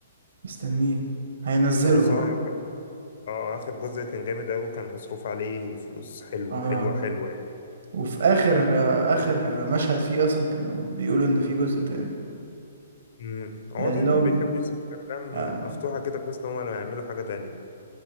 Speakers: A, on the right; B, on the left.
A: مستنيه هينزله
B: هو صح
A: هو
B: أه آخر جزء كان جامد أوي كان مصروف عليه فلوس حلوة
A: اه
B: حلوة حلوة
A: وفي اخر آه اخر مشهد فيه اصلا كانوا بيقولوا ان في جزء تاني
B: مم. هو
A: لانهم
B: دايما بيحبوا يسيبوا الافلام
A: آه
B: مفتوحه كده بحيث ان هم لو هيعملوا حاجه تانية